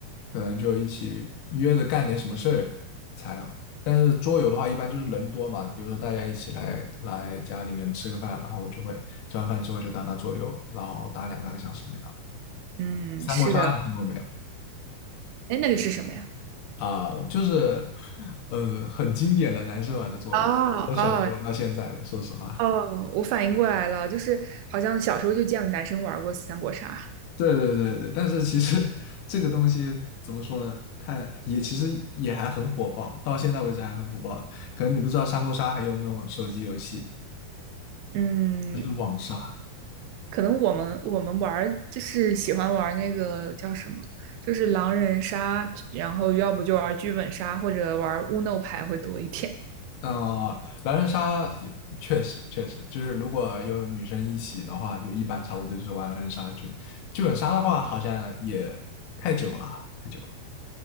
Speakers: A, on the left; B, on the right.
A: 可能就一起约着干点什么事儿才。但是桌游的话，一般就是人多嘛，比如说大家一起来来家里面吃个饭，然后就会吃完饭之后就打打桌游，然后打两三个小时这样。
B: 嗯，
A: 三国杀你听过没有？
B: 是的。哎，那个是什么呀？
A: 啊、就是嗯，很经典的男生玩的桌游，
B: 哦哦
A: 我小时候玩到现在的说实话。
B: 哦，我反应过来了，就是好像小时候就见过男生玩过三国杀。
A: 对对对对，但是其实 <laughs> 这个东西怎么说呢？太也其实也还很火爆，到现在为止还很火爆。可能你不知道三国杀还有那种手机游戏，
B: 嗯，
A: 就是网杀。
B: 可能我们我们玩儿就是喜欢玩儿那个叫什么，就是狼人杀，然后要不就玩儿剧本杀或者玩儿乌弄牌会多一点。
A: 呃，狼人杀也确实确实，就是如果有女生一起的话，就一般差不多就是玩狼人杀。剧剧本杀的话，好像也太久了，太久了，